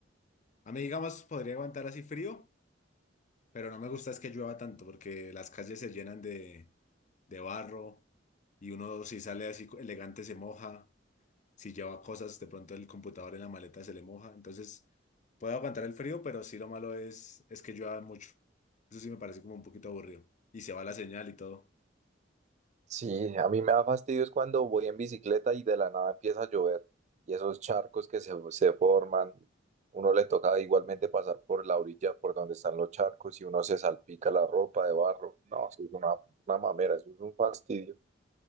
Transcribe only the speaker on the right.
Sí, a mí me da fastidio es cuando voy en bicicleta y de la nada empieza a llover y esos charcos que se, se forman, uno le toca igualmente pasar por la orilla por donde están los charcos y uno se salpica la ropa de barro. No, eso es una, una mamera, eso es un fastidio.